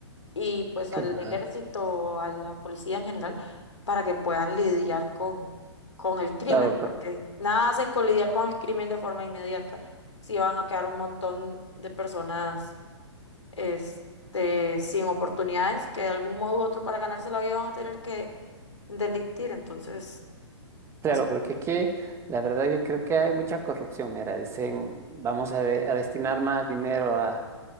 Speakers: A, on the left; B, on the right.
A: y pues
B: claro,
A: al ejército, a la policía en general, para que puedan lidiar con, con el crimen,
B: claro, por-
A: porque nada hacen con lidiar con el crimen de forma inmediata, si van a quedar un montón de personas este, sin oportunidades que de algún modo u otro para ganarse la vida van a tener que delictir, entonces...
B: claro,
A: es-
B: porque aquí, la verdad, yo creo que hay mucha corrupción. Mira, dicen, vamos a, de- a destinar más dinero a